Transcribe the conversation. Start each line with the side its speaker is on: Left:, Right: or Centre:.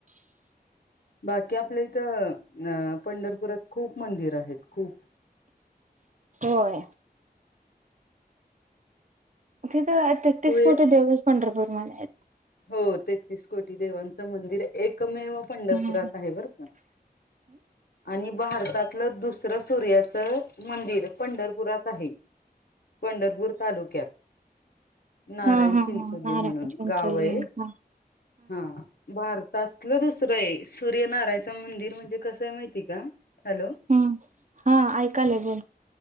Left: बाकी आपल्या इथं अ पंढरपुरात खूप मंदिर आहेत खूप
Right: होय. तिथं तेसतीस
Left: तू ये
Right: कोटी देवीस पंढरपूर तुम्हाला
Left: हो तेहतीस कोटी देवांचं मंदिर एक मेव पंढरपुरात
Right: हम्म
Left: आहे बर का आणि भारतातलं दुसरं सूर्याच मंदिर पंढरपुरात आहे. पंढरपूर तालुक्यात नारायण
Right: हा हा
Left: चिंच
Right: हा
Left: म्हणून
Right: नारायण चिंचोली
Left: गाव आहे.
Right: हा
Left: हा भारत त्यातलं दुसरं आहे सूर्यनारायचं मंदिर म्हणजे कसं आहे माहितीय का? हॅलो
Right: हम्म हा ऐकालय बोल